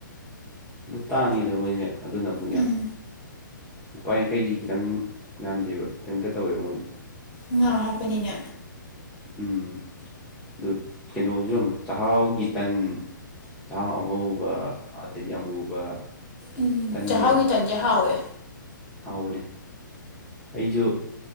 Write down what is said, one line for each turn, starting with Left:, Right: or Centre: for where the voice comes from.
Centre: ꯑꯗꯨ ꯇꯥꯡꯉꯤꯗ ꯃꯣꯏꯁꯦ ꯑꯗꯨꯅ ꯑꯃꯨꯛ ꯌꯥꯝ
Left: ꯎꯝ
Centre: ꯏꯄꯥ ꯌꯥꯡꯈꯩꯒꯤ ꯈꯤꯇꯪ ꯌꯥꯝꯗꯦꯕ ꯈꯤꯇꯪꯇ ꯇꯧꯋꯦꯕ ꯃꯣꯏꯗꯁꯨ
Left: ꯉꯥ ꯍꯥꯞꯄꯅꯤꯅ
Centre: ꯎꯝ ꯑꯗꯨ ꯀꯩꯅꯣꯁꯨ ꯌꯣꯟꯕꯅꯦ ꯆꯥꯛꯍꯥꯎꯒꯤ ꯇꯟ ꯆꯥꯛꯍꯥꯎ ꯑꯉꯧꯕ ꯑꯗꯩꯗꯤ ꯑꯃꯨꯕ
Left: ꯎꯝ
Centre: ꯇꯟꯒ
Left: ꯆꯥꯛꯍꯥꯎꯒꯤ ꯇꯟꯗꯤ ꯍꯥꯎꯋꯦ
Centre: ꯍꯥꯎꯕꯅꯦ ꯑꯩꯁꯨ